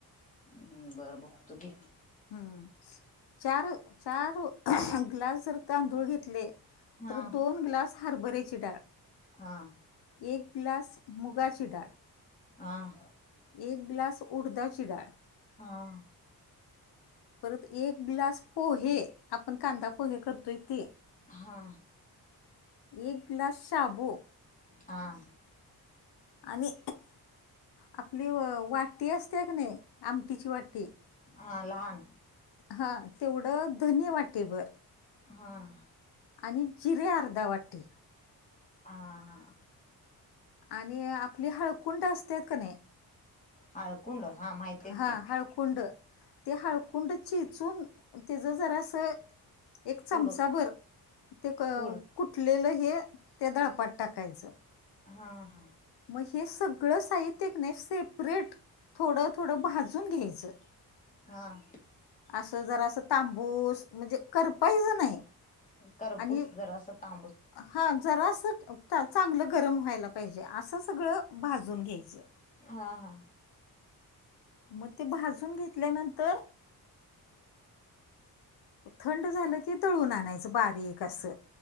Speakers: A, on the left (about 20°); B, on the left (about 85°).
A: हम्म्म! बर बघतो की
B: हम्म! चार चार ग्लास जर तांदूळ घेतले
A: हा
B: तर दोन ग्लास हरभऱ्याची डाळ.
A: हां
B: एक ग्लास मुगाची डाळ
A: आं?
B: एक ग्लास उडदाची डाळ
A: हां.
B: परत एक ग्लास पोहे आपण कांदा पोहे करतोय ते
A: हा
B: एक ग्लास शाबु
A: हा.
B: आणि आपली वाटी असतेय का नाही आमटीची वाटी
A: हां लहान?
B: हां तेवढं धने वाटीभर
A: हां.
B: आणि जिरे अर्धा वाटी
A: हां हां.
B: आणि आपली हळकुंड असतेत का नाय
A: हळकुंड
B: हळकुंड
A: हा माहिती आहेत
B: हा
A: की
B: हळकुंड ते हळकुंड चिचून त्याच जरासं एक चमचाभर
A: पुड
B: ते क
A: पुड
B: कुटलेलं हे त्या दळपात टाकायचं.
A: हा हा.
B: मग हे सगळं साहित्य कनय सेपरेट थोडं थोडं भाजून घ्यायचं.
A: हां.
B: असं जरासं तांबूस म्हणजे करपायच नाही.
A: करपुस
B: आणि
A: जरास तांब
B: हा जरास चांगलं गरम व्हायला पाहिजे असं सगळं भाजून घ्यायचं.
A: हा हा.
B: मग ते भाजून घेतल्यानंतर थंड झालं की दळून आणायचं बारीक अस.